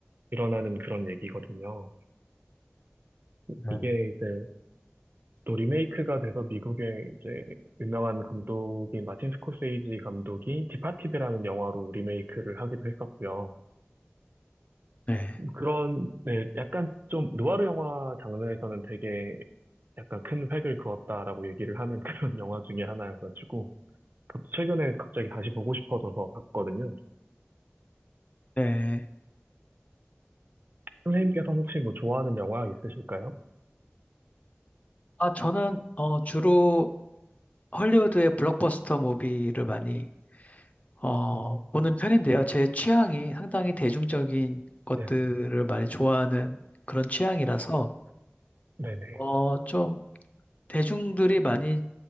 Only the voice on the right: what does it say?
일어나는 그런 얘기거든요.
이게 이제 또 리메이크가 돼서 미국의 이제 유명한 감독인 마틴 스코세이지 감독이 디파티드라는 영화로 리메이크를 하기도 했었고요.
그런, 네, 약간 좀 누아르 영화 장르에서는 되게 약간 큰 획을 그었다라고 얘기를 하는 그런 <laughs> 영화 중에 하나여가지고 그것도 최근에 갑자기 다시 보고 싶어져서 봤거든요.
선생님께서 혹시 뭐 좋아하는 영화 있으실까요?
음,
네,
어, 네네.